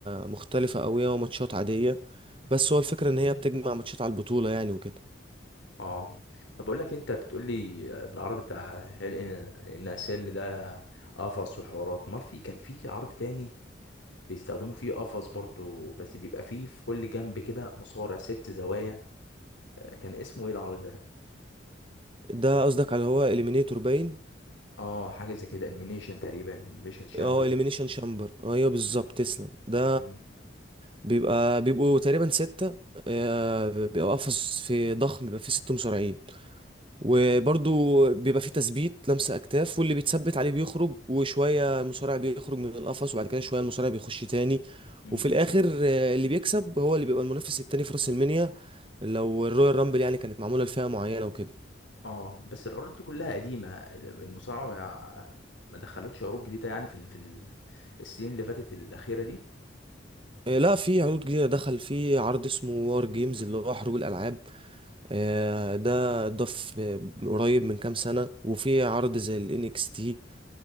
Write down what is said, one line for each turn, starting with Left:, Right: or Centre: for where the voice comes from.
Right: مختلفة أوي هو ماتشات عادية بس هو الفكرة إن هي بتجمع ماتشات على البطولة يعني وكده
Left: اه طب بقول لك إيه، انت بتقول لي آه، العرض بتاع هيل ان ان اسيل ده قفص وحوارات امال في كان في عرض تاني بيستخدموا فيه قفص برضو بس بيبقى فيه في كل جنب كده مصارع ست زوايا آه، كان اسمه ايه العرض ده
Right: ده قصدك على هو إليمينيتور باين
Left: اه حاجه زي كده المينيشن تقريبا الميشن شامبر
Right: اه إليمينيشن شامبر أيوه بالظبط تسلم ده
Left: مم.
Right: بيبقى بيبقوا تقريبا ستة آه، بيبقى قفص في ضخم بيبقى فيه ست مصارعين وبرضو بيبقى فيه تثبيت لمسة أكتاف واللي بيتثبت عليه بيخرج وشوية المصارع بيخرج من القفص وبعد كده شوية المصارع بيخش تاني
Left: مم.
Right: وفي الآخر آه، اللي بيكسب هو اللي بيبقى المنافس التاني في راس المنيا لو الرويال رامبل يعني كانت معمولة لفئة معينة وكده
Left: اه بس العروض دي كلها قديمه ال- المصارعه ما ما دخلتش عروض جديده يعني في ال... في ال- السنين اللي فاتت الاخيره دي
Right: آه، لا في عروض جديدة دخل في عرض اسمه وار جيمز اللي هو حروب الألعاب آه، ده اتضاف آه، قريب من كام سنة وفي عرض زي ال NXT